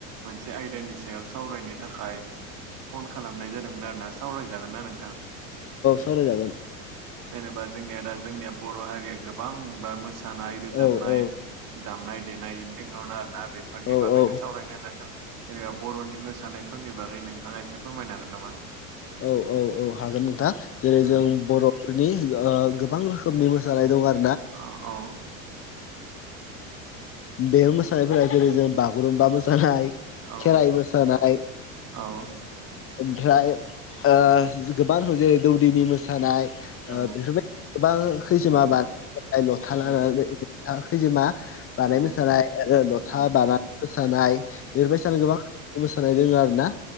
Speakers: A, on the right; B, on the left.
A: मोनसे आयदानि सायाव सावरायनो थाखाय फन खालामनाय जादोंमोन आरोना सावराय जागोन ना नोंथां?
B: सावराय जागोन।
A: जेनेबा जोंनिया दा जोंनिया बर' हारिया गोबांबा मोसानाय रोजाबनाय
B: औ औ
A: दामनाय देनाय दङ आरो ना बेफोरनि
B: औ
A: बागैनो
B: औ
A: सावरायनो होननानै जेनेबा बर'नि मोसानायफोरनि बागै नोंथाङा एसे फोरमायनो हागोन नामा?
B: औ औ औ हागोन नोंथां जेरै
A: उम
B: जों बर'फोरनि ओ गोबां रोखोमनि मोसानाय दं आ
A: ओ औ
B: बे मोसानायफोरा जेरै जों बागुरुम्बा मोसा नाय
A: औ
B: खेराइ मोसनाय
A: औ औ
B: ओमफ्राय ओ जो- गोबां जेरै दौदिनि मोसानाय।
A: औ
B: बेफोरबाय गोबां होैसोम
A: नंगौ
B: बा लथा
A: औ
B: लानानैथ खैजोमा बानाय
A: औ
B: मोसानाय आरो लथा
A: औ
B: बानानै मोसानाय लेरबाय सानो गोबां मोसानाय दङ आरो ना